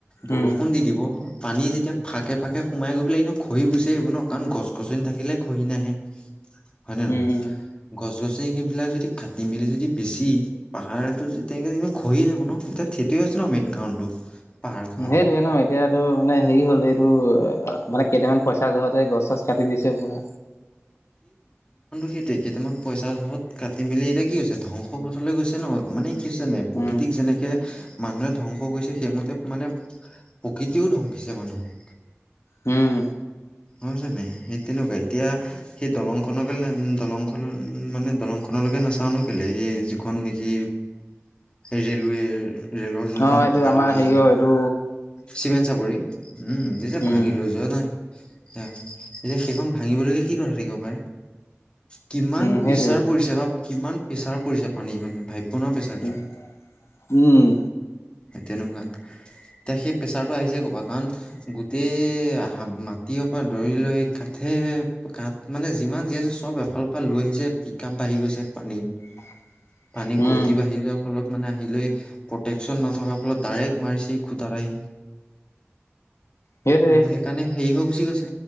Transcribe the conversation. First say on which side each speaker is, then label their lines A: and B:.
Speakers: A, on the left (about 20°); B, on the left (about 75°).
A: বৰষুণ
B: উম
A: দি দিব পানী যেতিয়া এতিয়া ফাঁকে ফাঁকে সোমাই গৈ পেলাই এনো ঘহি গুচি আহিব ন কাৰণ গছ গছনি থাকিলে ঘহী নাহে। হয় নে নহয়,
B: উম
A: গছ গছ গছনি সেই বিলাক যদি কাটি মেলোমি যদি বেছি পাহাৰতটো যদি তেনে ক খহিয়ে যাব ন এতিয়া থ হৈছে মেইন কাৰণটো। পাহাৰ খহা
B: সেইটোয়ে নহ এতিয়াাতটো মানে হেৰি হ'ল এইটো মানে কেইটামান পইচা জহতে গছ গছ কাটি দিছে পুৰা।
A: সেইট কেইটামান পইচাত কাটি মেলি এতিয়া কি হৈছে ধ্বংস পথলৈ গৈছে ন। মানে দেখিচা নে প্ৰকৃতিক
B: উম
A: যেনেকে মানুহে ধ্বংস কৰিছে সেইমতে মানে প্ৰকৃতিয়ও ধ্বংসিছে মানুহক।
B: উম।
A: হয় জানে সেই তেনেকুৱা এতিয়া সেই দলংখন দলংখন মানে দলংখন আপোনালোকে নাচানো কেলে এই যিখন নেকি ৰেলৱে ৰেলৰ যোনখন
B: অ এইটো
A: পকা
B: আমাৰ
A: দলংখন
B: হেৰিয়ৰ এইটো
A: চিমেণ্ট চাপৰি উম
B: উম
A: ভাঙি লৈ যোৱা নাই। এতিয়া সেইখন ভাঙিবলৈকে কি কথা থাকিব পাৰে? কিমান
B: উম সেইটোৱে
A: প্ৰেছাৰ পৰিছে বা কিমান প্ৰেছাৰ পৰিছে পানী মানে। ভাবিব নহ পেছাৰ
B: উম
A: হয়
B: উম
A: তেনেকুৱা এতিয়া সেই প্ৰেচাৰটো আহিছে ক'বা কাৰণ গোটেই সাত মা টিয় পৰা ধৰি লৈ কাঠে কাঠ মানে যিমান যি আছে চব এফাল এফাল লৈ আহিছে। পিক আপ আহি গৈছে পানীত।
B: <unintelligible>
A: পানী
B: উম
A: গতি বাঢ়ি যোৱাৰ ফলত মানে আহিলে প্ৰটেকশচন নথকাৰ ফলত ডাইৰেক্ট মাৰিছে খুটাত আহি।
B: সেইটোৱে
A: সেইকাৰণে সেই হক গুচি গৈছে